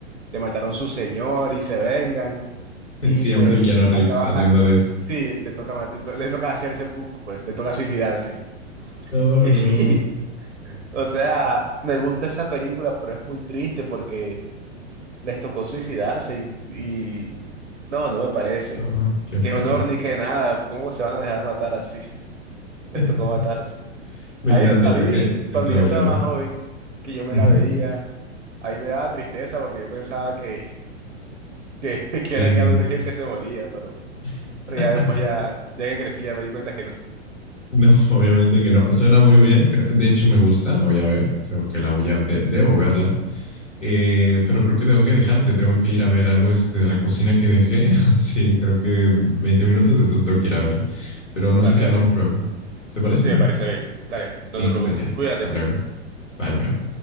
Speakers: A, on the right; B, on the left.
A: le mataron su señor y se vengan.
B: <laughs>
A: Y
B: Siempre
A: pues
B: el Keanu Reeves
A: acaba,
B: haciendo
A: a-
B: de eso.
A: sí, le toca, mat- le toca hacer seppuku, pues, le toca suicidarse.
B: Oh,
A: Y,
B: no,
A: <laughs> o sea, me gusta esa película, pero es muy triste porque les tocó suicidarse y, y no, no me parece.
B: no, qué
A: Qué
B: feo.
A: honor ni qué nada, ¿cómo se van a dejar matar así? <laughs> Les
B: <laughs>
A: tocó matarse.
B: Me
A: A
B: encanta,
A: mí, a
B: creo
A: mí,
B: que, creo
A: cuando
B: que la
A: yo
B: voy
A: estaba
B: a ver.
A: más joven, que yo me
B: Ujú.
A: la veía, a mí me daba tristeza porque yo pensaba que, que, <laughs> que
B: ¿Qué,
A: era Keanu
B: qué?
A: Reeves el que se moría, pero...
B: <laughs>
A: Pero ya después, ya, ya que crecí ya me di cuenta que no.
B: No, obviamente que no. Suena muy bien. creo- De hecho, me gusta, la voy a ver. Creo que la voy a, de- debo verla. Eh, pero creo que tengo que dejarte, tengo que ir a ver algo este, de la cocina que dejé, <laughs> así creo que 20 minutos, entonces tengo que ir a ver. Pero no
A: Dale,
B: sé si
A: dale.
B: hablamos luego. ¿Te parece
A: Sí,
B: bien?
A: me parece bien. Dale, no
B: Listo
A: te preocupes.
B: ya.
A: Cuídate.
B: Hasta luego. Bye, bye.